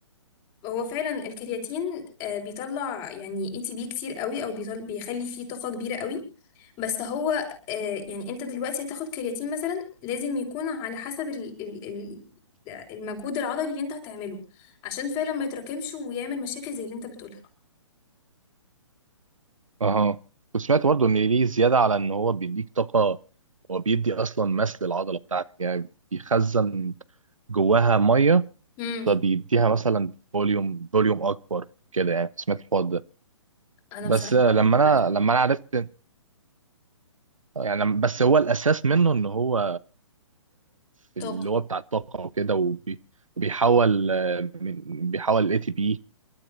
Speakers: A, on the left; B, on the right.
A: هو فعلا الكرياتين آه، بيطلع يعني اي تي بي كتير قوي او بيطل بيخلي فيه طاقة كبيرة قوي بس هو آه، يعني انت دلوقتي هتاخد كرياتين مثلا لازم يكون على حسب ال ال ال المجهود العضلي اللي انت هتعمله عشان فعلا ما يتراكمش ويعمل مشاكل زي اللي انت بتقولها
B: أها وسمعت برضه إن ليه زيادة على إن هو بيديك طاقة هو بيدي أصلا مس للعضلة بتاعتك يعني بيخزن جواها مية
A: امم
B: فبيديها مثلا فوليوم فوليوم أكبر كده يعني سمعت الحوار ده
A: انا
B: بس
A: بصراحة
B: لما
A: مش
B: انا
A: عارفة
B: لما انا عرفت يعني بس هو الاساس منه ان هو في
A: طاقة
B: اللي هو بتاع الطاقه وكده وبي- وبيحول آه، من- بيحول الاي تي بي